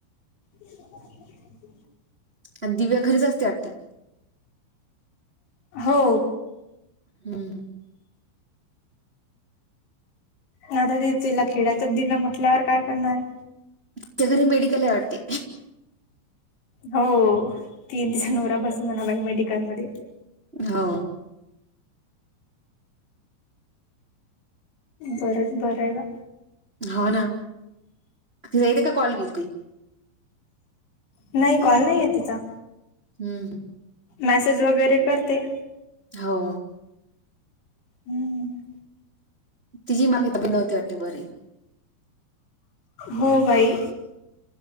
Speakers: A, on the left; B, on the right.
A: <unintelligible>
B: आणि दिव्या घरीच असते वाटते.
A: हो.
B: हम्म.
A: नाता ते तिला खेड्यातच दिलं म्हटल्यावर काय करणार आहे.
B: त्याच्या घरी मेडिकल आहे वाटते.
A: हो ती न तिचा नवरा बस म्हणा बाई मेडिकल मध्ये.
B: हा
A: बरं बरंला
B: हो ना त जायेत का कॉल केेलती.
A: नाही कॉल नाहीये तिचा
B: हम्म
A: मॅसेज वगैरे करते.
B: हो.
A: हम्म
B: तिझी मागणीता बी नव्हती वाटते बररी.
A: हो बाई